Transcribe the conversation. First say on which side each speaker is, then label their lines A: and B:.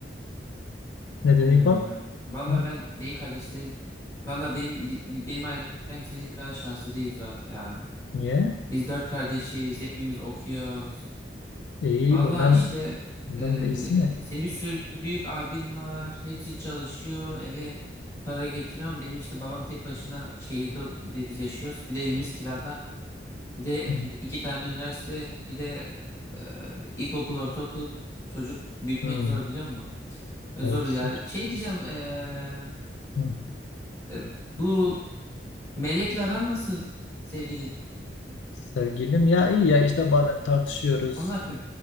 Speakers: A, on the left; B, on the left.
A: Neden
B: Ha,
A: İkbal?
B: valla
A: Hı?
B: ben benim kardeşlerim valla benim bi- bi- benim ailem senin kadar şanslı değil Zuhat ya.
A: Niye?
B: Biz dört kardeşiz. Hepimiz okuyoruz.
A: İyi
B: Valla
A: bundan
B: işte
A: bundan
B: eee
A: da iyisi ne?
B: senin bir sürü büyük abin var. Hepsi çalışıyor. Eve para getiriyor ama benim işte babam tek başına şehirde ok- bir de biz yaşıyoruz. Bir de evimiz kirada. Bir de
A: Hı.
B: iki tane üniversite. Bir de eee ilkokul, ortaokul çocuk büyütmek
A: Hı.
B: zor biliyor musun? Ve
A: Evet.
B: Zor ya.
A: sor.
B: Şey diyeceğim eee,
A: Hı.
B: e, bu Melek'le aran nasıl sevgilin?
A: Sevgilim ya iyi ya işte bazen tartışıyoruz.
B: O ne yapıyor?